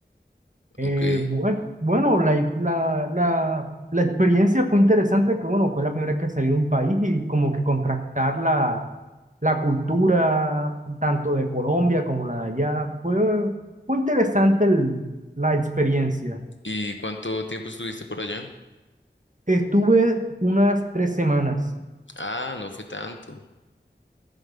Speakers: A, on the right (about 45°); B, on the left (about 80°).
A: Eh,
B: ok.
A: bue- bueno, la, la, la, la experiencia fue interesante, que bueno, fue la primera vez que salí de un país y como que contrastar la, la cultura tanto de Colombia como la de allá. Fue, fue interesante el- la experiencia.
B: ¿Y cuánto tiempo estuviste por allá?
A: Estuve unas tres semanas
B: Ah, no fue tanto.